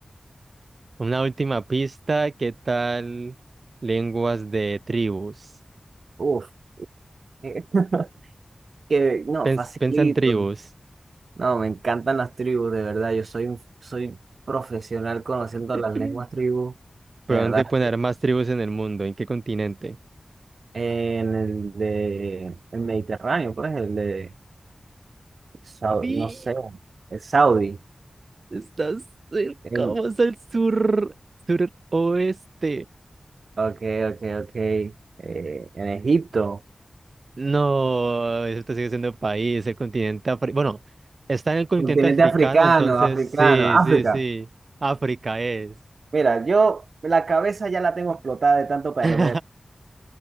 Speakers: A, on the right (about 65°); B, on the right (about 80°).
A: Una última pista, ¿qué tal lenguas de tribus?
B: Uf, <laughs> que no,
A: Pens-
B: facilito.
A: piensa en tribus.
B: No, me encantan las tribus, de verdad. Yo soy un, soy profesional conociendo
A: <clears throat>
B: las lenguas tribus,
A: ¿Por
B: de verdad.
A: dónde poner más tribus en el mundo? ¿En qué continente?
B: En el de el Mediterráneo, pues, el de Sau-
A: Sí,
B: no sé, el Saudi.
A: estás cerca,
B: En,
A: vamos al sur, Suroeste.
B: ok, ok, ok. eh, en Egipto,
A: No, eso te sigue siendo país, el continente africano. Bueno, está en el continente
B: continente
A: africano,
B: africano,
A: entonces
B: africano,
A: sí,
B: África.
A: sí, sí. África es.
B: Mira, yo la cabeza ya la tengo explotada de tanto perder.
A: <laughs>